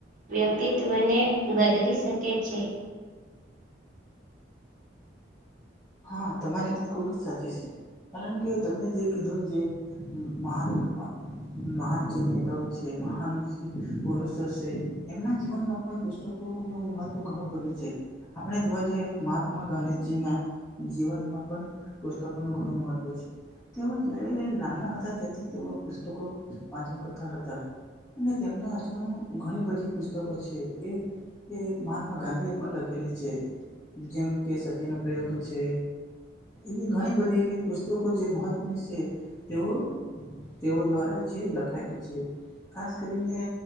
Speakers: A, on the right (about 45°); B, on the left (about 15°).
A: વ્યક્તિત્વને બદલી સકે છે.
B: હા તમારી વાત ખૂબ જ સાચી છે, કારણ કે તમે જે કીધું જે મહાન મહાન જે નેતાઓ છે, મહાન જે પુરુષો છે. એમના જીવનમાં પણ પુસ્તકોનું મહત્વ ઘણું બધું છે. આપણે જોવા જઈએ તો મહાત્મા ગાંધીજીના જીવનમાં પણ પુસ્તકોનું ઘણું મહત્વ છે. તેઓ જયારે નાના હતા ત્યાંથી તેઓ પુસ્તકો વાંચન કરતા હતા. અને તેમના હજુ ઘણી બધી પુસ્તકો છે, એ એ મહાત્મા ગાંધી એ પણ લખેલી છે. જેમ કે સત્યનો પ્રયોગ છે. એવી ઘણી બધી એવી પુસ્તકો જે મહત્વની છે. તેઓ તેઓ દ્વારા જે લખાયેલી છે. ખાસ કરીને